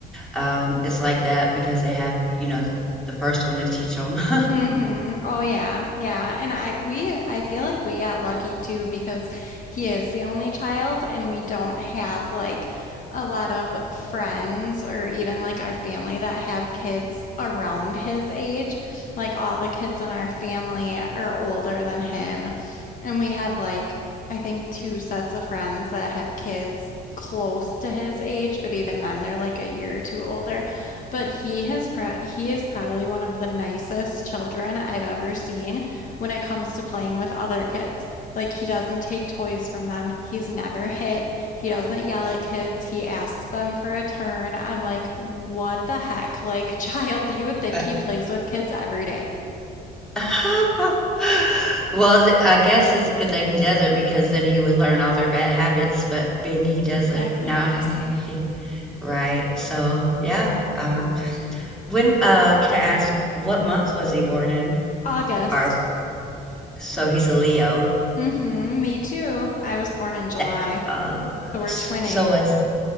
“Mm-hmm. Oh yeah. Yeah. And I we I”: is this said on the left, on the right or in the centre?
Left